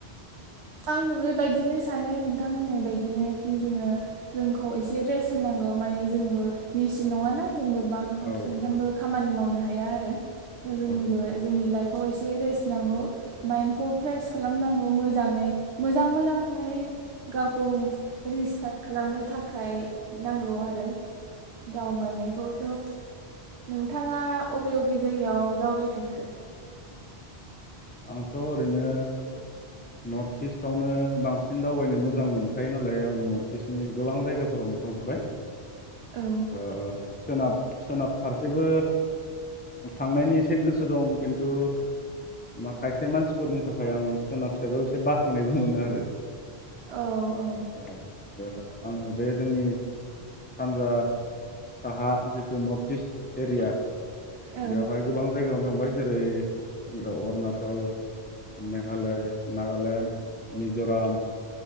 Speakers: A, on the right (about 80°); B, on the left (about 15°).
A: आंबो बेबायदिनो सानो नोंथां होननाय बायदिनो। कि जोङो जोंखौ एसे रेस्ट होनांगौ माने जोंबो मेसिन नङा ना जोंबो बा सामफ्रामबो
B: औ
A: खामानि मावनो ब हाया आरो जोंबो
B: औ
A: जोंनि लाइफ। अ एसे रेस्ट नांगौ माइन्डखौ फ्रेस खालामनांगौ मोजाङै मोजां मोजां माने गावखौ रिस्टार्ट खालामनो थाखाय नांगौ आरो दावबायनायखौथ' नोंथाङा अबे अबे जायगायाव दावबायफेरखो
B: आंथ ओरैनो नर्थ इस्टआवनो बांसिन दावबायनो मोजां मोनखायो नालाय आं नर्थ इस्टनि गोबां जायगाफोरावनो थांजोब्बाय
A: औ
B: ओ सोनाब सोनाब फारसेबो थांनायनि एसे गोसो दं खिन्थु माखायसे मानसिफोरनि थाखाय आं सोनाब साइदआव एसे बाखांनायबो मोनो आरो
A: औ औ
B: औ ओ आङो बे जोंनि सानजा साहा जिथु नर्थ इस्ट एरिया।
A: औ
B: बेवहाय गोबां जायगायाव थांबाय जेरै अरुनाचल मेघालय नागालेण्ड मिज'राम